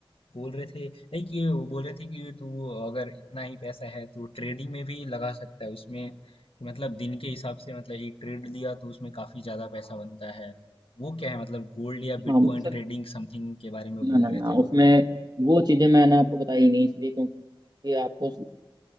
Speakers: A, on the left (about 80°); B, on the right (about 45°).
A: बोल रहे थे लाइक ये वो बोल रहे थे कि तू अगर इतना ही पैसा है तो ट्रेडिंग में भी लगा सकता है उसमें कि मतलब दिन के हिसाब से मतलब एक ट्रेड लिया तो उसमें काफी ज्यादा पैसा बनता है वो क्या है मतलब गोल्ड या
B: हाँ
A: बिटकॉइन
B: सर
A: ट्रेडिंग समथिंग के बारे में
B: ना
A: बोल
B: ना
A: रहे
B: ना
A: थे
B: उसमें
A: वो
B: वो चीज़ें मैंने आपको बताई नहीं इसलिए ये आपको